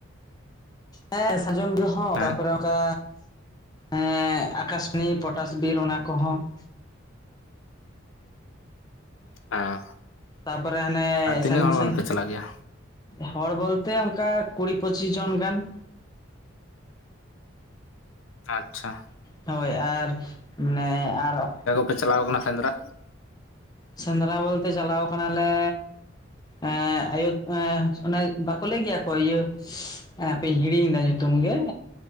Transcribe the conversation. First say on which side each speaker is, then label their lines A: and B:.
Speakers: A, on the left; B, on the left.
A: ᱦᱮᱸ ᱥᱟᱡᱚᱱ ᱡᱚᱦᱚᱸ
B: ᱦᱮᱸ
A: ᱛᱚᱯᱚᱨᱮ ᱚᱱᱠᱟ ᱮ ᱟᱠᱟᱥᱢᱤ ᱯᱚᱴᱟᱥ ᱵᱤᱨ ᱚᱱᱟ ᱠᱚ ᱦᱚᱸ ᱾
B: ᱦᱮᱸ
A: ᱛᱟᱨᱯᱚᱨᱮ ᱦᱟᱱᱮ
B: ᱟᱨ ᱛᱤᱱᱟᱹᱜ
A: ᱥᱟᱹᱜᱤᱧ
B: ᱦᱚᱲ
A: ᱥᱟᱹᱜᱤᱧ᱾
B: ᱜᱟᱱ ᱯᱮ ᱪᱟᱞᱟᱜ ᱜᱮᱭᱟ
A: ᱦᱚᱲ ᱵᱚᱞᱛᱮ ᱚᱱᱠᱟ ᱠᱩᱲᱤ ᱯᱚᱪᱤᱥ ᱡᱚᱱ ᱜᱟᱱ᱾
B: ᱟᱪᱪᱷᱟ᱾
A: ᱦᱳᱭ ᱟᱨ ᱢᱟᱱᱮ ᱟᱨᱚ
B: ᱯᱮ ᱪᱟᱞᱟᱣ ᱟᱠᱟᱱᱟ ᱥᱮᱸᱫᱽᱨᱟ᱾
A: ᱥᱮᱸᱫᱽᱨᱟ ᱵᱚᱞᱛᱮ ᱪᱟᱞᱟᱣ ᱠᱟᱱᱟ ᱞᱮᱻ᱾ ᱮᱸ ᱟᱭᱳ ᱮ ᱚᱱᱟ ᱵᱟᱠᱚ ᱞᱟᱹᱭ ᱜᱮᱭᱟ ᱠᱚ ᱤᱭᱟᱹ ᱦᱟᱯᱮᱧ ᱦᱤᱲᱤᱧ ᱮᱫᱟ ᱧᱩᱛᱩᱢ ᱜᱮ ᱦᱮᱸᱻ᱾